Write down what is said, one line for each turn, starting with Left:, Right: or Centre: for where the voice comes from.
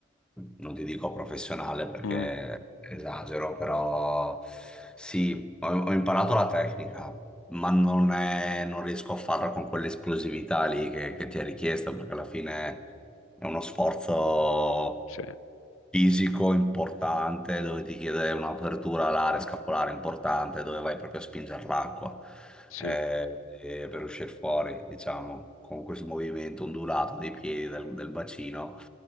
Centre: non ti dico professionale perché
Left: Mm,
Centre: esagero, però sì, ho ho imparato la tecnica. ma non, è- non riesco a farla con quell'esplosività lì che, che ti è richiesta, perché alla fine è uno sforzo
Left: sì,
Centre: fisico importante dove ti chiede un'apertura alare scapolare importante, dove vai proprio a spingere l'acqua
Left: sì.
Centre: eh, eh, per uscire fuori, diciamo, con questo movimento ondulato dei piedi del, del bacino.